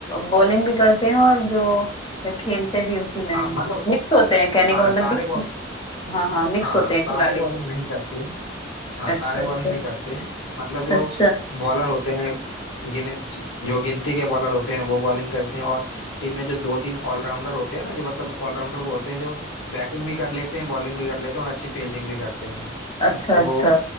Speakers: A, on the left; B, on the left.
A: बॉलिंग भी करते हैं और जो खेलते भी उसी में
B: हाँ
A: है
B: मतलब
A: मिक्स होते हैं कहने
B: हाँ
A: का मतलब
B: सारे
A: मिक्स
B: बॉल
A: हाँ हाँ मिक्स
B: हाँ
A: होते हैं
B: सारे
A: खिलाड़ी
B: बॉलिंग नहीं करते हैं हाँ
A: अच्छा
B: सारे बॉलिंग
A: अच्छा
B: नहीं करते हैं मतलब जो
A: अच्छा
B: बॉलर होते हैं गिने जो गिनती के बॉलर होते हैं वो बॉलिंग करते हैं और टीम में जो दो तीन ऑलराउंडर होते हैं ना जो मतलब ऑलराउंडर वो होते हैं जो बैटिंग भी कर लेते हैं बॉलिंग भी कर लेते हैं और अच्छी फील्डिंग भी करते हैं
A: अच्छा
B: तो
A: अच्छा